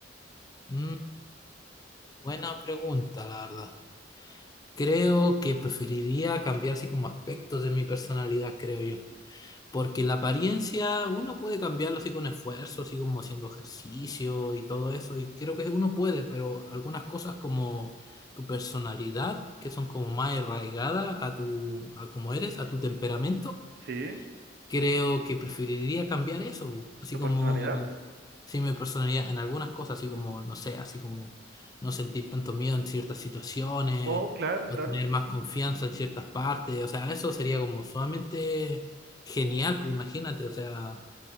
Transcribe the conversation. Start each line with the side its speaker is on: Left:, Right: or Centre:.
Left: Mm, buena pregunta, la verdad. Creo que preferiría cambiar así como aspectos de mi personalidad, creo yo. Porque la apariencia uno puede cambiarlo así con esfuerzo, así como haciendo ejercicio y todo eso, y creo que uno puede, pero algunas cosas como tu personalidad, que son como más arraigadas a tu, a cómo eres, a tu temperamento,
Right: ¿Sí?
Left: creo que preferiría cambiar eso, así
Right: ¿Tu personalidad?
Left: como Sí, mi personalidad en algunas cosas, así como, no sé, así como no sentir tanto miedo en ciertas situaciones
Right: Oh, claro,
Left: o
Right: claro.
Left: tener más confianza en ciertas partes. O sea, eso sería como sumamente genial, pues imagínate, o sea,